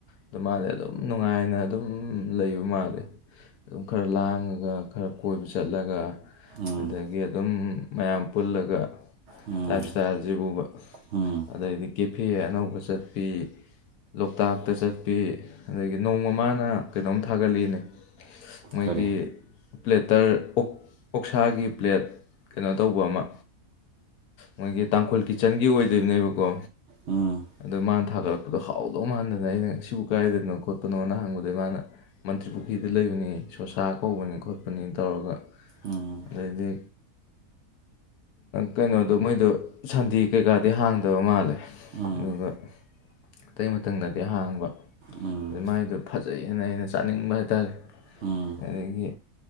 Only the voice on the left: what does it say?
ꯑꯗꯨ ꯃꯥꯗꯤ ꯑꯗꯨꯝ ꯅꯨꯡꯉꯥꯏꯅ ꯑꯗꯨꯝ ꯂꯩꯕ ꯃꯥꯜꯂꯦ ꯑꯗꯨꯝ ꯈꯔ ꯂꯥꯡꯉꯒ ꯈꯔ ꯀꯣꯏꯕ ꯆꯠꯂꯒ
ꯑꯗꯩ ꯒꯤ ꯑꯗꯨꯝ ꯃꯌꯥꯝ ꯄꯨꯜꯂꯒ
ꯂꯥꯏꯞ ꯏꯁꯇꯥꯏꯜꯖꯤꯕꯨꯕꯥ
ꯑꯗꯩꯗꯤ ꯀꯦꯐꯦ ꯑꯅꯧꯕ ꯆꯠꯄꯤ ꯂꯣꯛꯇꯥꯛꯇ ꯆꯠꯄꯤ ꯑꯗꯒꯤ ꯅꯣꯡꯃ ꯃꯥꯅ ꯀꯩꯅꯣꯝ ꯊꯥꯒꯠꯂꯤꯏꯅꯦ ꯃꯣꯏꯒꯤ
ꯄ꯭ꯂꯦꯇꯔ ꯑꯣꯛ ꯑꯣꯛꯁꯥꯒꯤ ꯄ꯭ꯂꯦꯠ ꯀꯩꯅꯣ ꯇꯧꯕ ꯑꯃ ꯃꯣꯏꯒꯤ ꯇꯥꯡꯈꯨꯜ ꯀꯤꯠꯆꯟꯒꯤ ꯑꯣꯏꯗꯣꯏꯕꯅꯦꯕꯀꯣ
ꯑꯗꯣ ꯃꯥꯅ ꯊꯥꯒꯠꯂꯛꯄꯗꯣ ꯍꯥꯎꯗꯧ ꯃꯥꯟꯗꯅ ꯑꯩꯅ ꯁꯤꯕꯨ ꯀꯗꯥꯥꯏꯗꯅꯣ ꯈꯣꯠꯄꯅꯣꯅ ꯍꯪꯕꯗꯩ ꯃꯥꯅ ꯃꯟꯇ꯭ꯔꯤ ꯄꯨꯈ꯭ꯔꯤꯗ ꯂꯩꯕꯅꯤ ꯁꯣꯁꯥ ꯀꯧꯕꯅꯤ ꯈꯣꯠꯄꯅꯤ ꯇꯧꯔꯒ
ꯑꯗꯩꯗꯤ ꯀꯩꯅꯣꯗꯣ ꯃꯣꯏꯗꯣ ꯁꯟꯗꯦ ꯀꯩꯀꯥꯗꯤ ꯍꯥꯡꯗꯕ ꯃꯥꯜꯂꯦ
ꯑꯗꯨꯒ ꯑꯇꯩ ꯃꯇꯝꯗꯗꯤ ꯍꯥꯡꯕ
ꯑꯗꯩ ꯃꯥꯏꯗꯣ ꯐꯖꯩꯅ ꯑꯩꯅ ꯆꯥꯅꯤꯡꯕ ꯍꯥꯏꯇꯥꯔꯦ
ꯑꯗꯒꯤ